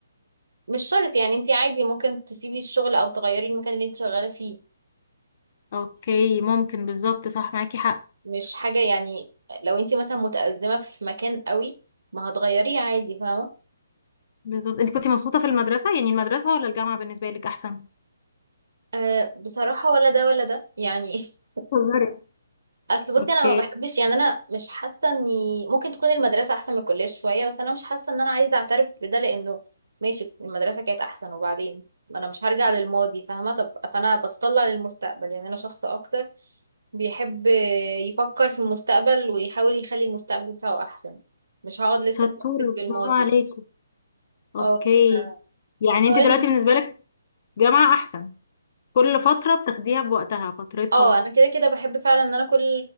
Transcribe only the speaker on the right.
مش شرط يعني انت عادي ممكن تسيبي الشغل او تغيري المكان اللي انت شغاله فيه
مش حاجه يعني لو انت مثلا متأزمه في مكان قوي ما هتغيريه عادي فاهمه
أه بصراحه ولا ده ولا ده يعني <laughs>
اصل بصي
انا ما بحبش يعني انا مش حاسه اني ممكن تكون المدرسه احسن من الكليه شويه بس انا مش حاسه ان انا عايزه اعترف بده لانه ماشي المدرسه كانت احسن وبعدين ما انا مش هرجع للماضي فاهمه طب فانا بتطلع للمستقبل يعني انا شخص اكتر بيحب يفكر في المستقبل ويحاول يخلي المستقبل بتاعه احسن مش هقعد لسه
اتمسك بالماضي
اه ف-
سواء
الم...
اه انا كده كده بحب فعلا ان انا كل